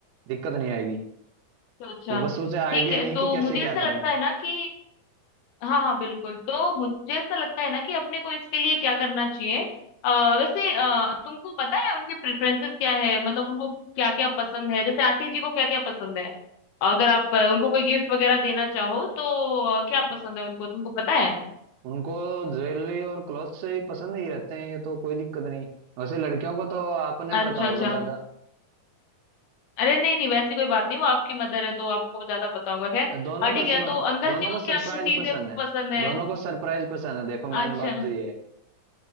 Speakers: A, on the right; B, on the left.
A: दिक्कत नहीं आएगी
B: तो अच्छा
A: तो बस उसे आइडिया
B: ठीक है
A: नहीं
B: तो
A: है कि कैसे
B: मुझे
A: क्या
B: ऐसा
A: करें
B: लगता है ना कि हाँ हाँ बिल्कुल तो मुझे ऐसा लगता है ना कि अपने को इसके लिए क्या करना चाहिए आ, वैसे अ, तुमको पता है उनके प्रेफरेंसेस क्या है मतलब उनको क्या क्या पसंद है जैसे आंटी जी को क्या क्या पसंद है अगर आप अ, उनको कोई गिफ्ट वगैरह देना चाहो तो अ, क्या पसंद है उनको तुमको पता है
A: उनको ज्वेलरी और क्लॉथ से ही पसंद ही रहते हैं ये तो कोई दिक्कत नहीं वैसे लड़कियों को तो आपने
B: अच्छा
A: पता होगा
B: अच्छा
A: ज्यादा
B: अरे नहीं नहीं वैसी कोई बात नहीं वो आपकी मदर है तो आपको ज्यादा पता होगा खैर
A: दोनों
B: अ, ठीक
A: को सुनो
B: है तो अंकल
A: दोनों
B: जी
A: को
B: को
A: सरप्राइज
B: क्या क्या चीजें
A: पसंद है
B: पसंद है
A: दोनों को सरप्राइज पसंद है देखो मेन
B: अच्छा
A: बात तो ये है